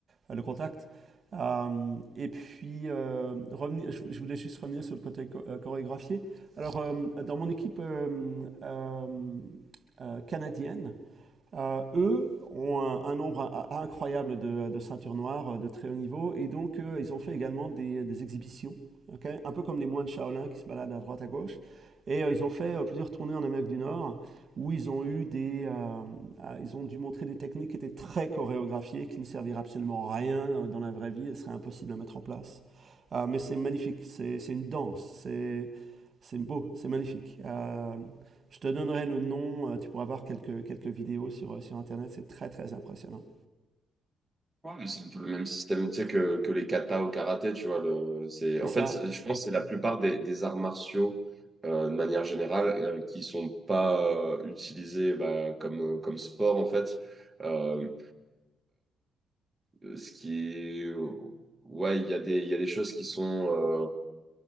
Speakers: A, on the right; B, on the right.
A: le contact. Euh, et puis, euh, revenir, je, je voulais juste revenir sur le côté cho- euh, chorégraphié. Alors, euh, dans mon équipe euh, euh, euh, canadienne, Euh, eux ont un, un nombre a- a- incroyable de, de ceintures noires euh, de très haut niveau et donc euh, ils ont fait également des, des exhibitions, ok Un peu comme les moines Shaolin qui se baladent à droite à gauche. Et euh, ils ont fait euh, plusieurs tournées en Amérique du Nord où ils ont eu des, euh, ah, ils ont dû montrer des techniques qui étaient très chorégraphiées, qui ne serviraient absolument à rien euh, dans la vraie vie, elles seraient impossibles à mettre en place. Euh, mais c'est magnifique, c'est c'est une danse, c'est c'est beau, c'est magnifique. Euh, je te donnerai le nom, euh, tu pourras voir quelques, quelques vidéos sur, euh, sur Internet, c'est très très impressionnant.
B: Ouais, mais c'est un peu le même système, tu sais, que, que les katas au karaté, tu vois. Le, c'est,
A: C'est
B: en
A: ça,
B: fait, c'est- je pense que c'est la plupart des, des arts martiaux, euh, de manière générale, euh, qui sont pas euh, utilisés bah, comme, euh, comme sport, en fait. Euh, euh, ce qui est... Ouais, il y a des, il y a des choses qui sont... euh,